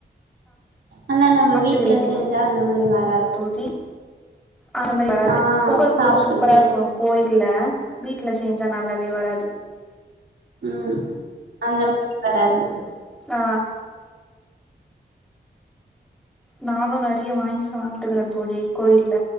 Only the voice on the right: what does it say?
ஆனா நம்ப
வீட்ல செஞ்சா இந்த மாரி வராது
ஆ
சாப்ட்டுக்குறோ
ம் அந்த மாரி வராது